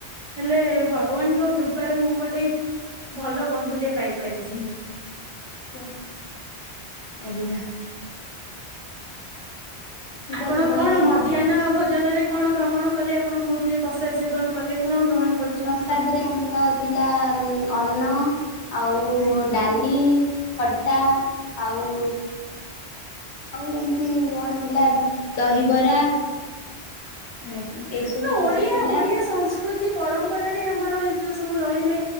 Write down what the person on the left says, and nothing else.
<unintelligible>
ସେମିତି
ତ ଜୀବନରେ
ଆଉ କଣ ଅଛି।
ପ୍ରସାଦରେ ଆମର ଥିଲା ଉଁ ଅନ୍ନ ଆଉ
ଡାଲି ଖଟା ଆଉ ଆଉ ଏମ୍ତି କଣ ଥିଲା ଦହିବରା
ଏଇ ସବୁ
ଜିନିଷ
ଥିଲା